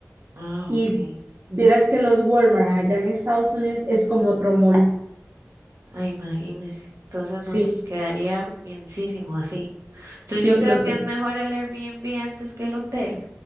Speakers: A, on the right (about 80°); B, on the right (about 45°).
A: Ah,
B: Y
A: ok.
B: vieras que los Walmart allá en Estados Unidos es como otro mall.
A: Ah, imagínese. Entonces
B: Sí,
A: nos quedaría bienísimo así. Entonces
B: sí,
A: yo creo
B: no,
A: que
B: que
A: es mejor el Airbnb antes que el hotel.